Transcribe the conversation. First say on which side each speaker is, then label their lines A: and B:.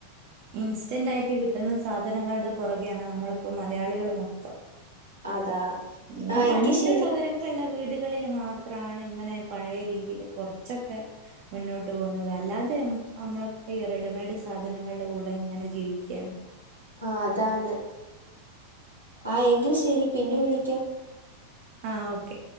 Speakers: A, on the right (about 45°); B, on the right (about 85°).
A: ഇൻസ്റ്റന്റ് ആയിട്ട് കിട്ടുന്ന സാധനങ്ങൾടെ പൊറകെയാണ് നമ്മളിപ്പം മലയാളികള് മൊത്തം
B: അതാ
A: ന്നാ
B: ആ
A: പണ്ട്ള്ളവരൊ
B: എങ്കി ശരി
A: ക്കെള്ള വീടുകളില് മാത്രാണ് ഇങ്ങനെ പഴേ രീതിയില് കൊറച്ചൊക്കെ മുന്നോട്ട് പോകുന്നത് അല്ലാതെ ഉം അമ്മളൊ ഈ റെഡിമെയ്ഡ് സാധനങ്ങളുടെ കൂടെ ഇങ്ങനെ ജീവി ചേമ് <unintelligible>
B: ആഹ് അതാണ് ആഹ് എങ്കിൽ ശരി പിന്നെ വിളിക്കാം
A: ആഹ് ഓക്കെ